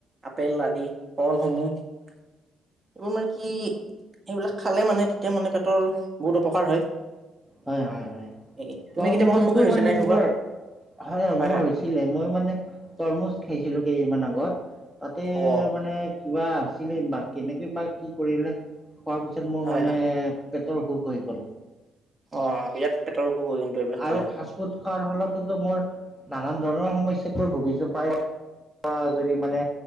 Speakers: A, on the right; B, in the centre.
A: আপেল আদি কলসমূহ এইবোৰ মানে কি এইবিলাক খালেই মানে, তেতিয়া মানে, পেটৰ বহুত উপকাৰ হয়।
B: হয় হয় হয়।
A: এ তুমি
B: ত'ৰমূজটো
A: কেতিয়াবা সন্মুখীন হৈছে
B: মানে
A: নে এনেকুৱা
B: কিবা হ
A: হয়
B: মোৰ
A: হয়
B: হৈছিলে। মই মানে তৰমুজ খাইছিলো কেইদিনমান আগত। তাতে
A: অ
B: মানে কিবা আছিলে বা কেনেকে বা কি কৰিলে, খোৱাৰ পিছত মোৰ
A: হয়
B: মানে
A: হয়
B: পেটৰ অসুখ হৈ গ'ল।
A: অ', বিৰাট পেটৰ অসুখ হয় কিন্তু। এইবিলাক খালে
B: আৰু ফাষ্ট ফুড খোৱাৰ ফলতো মোৰ নানান ধৰণৰ সমস্যাত মই ভুগিছো প্ৰায় বা যদি মানে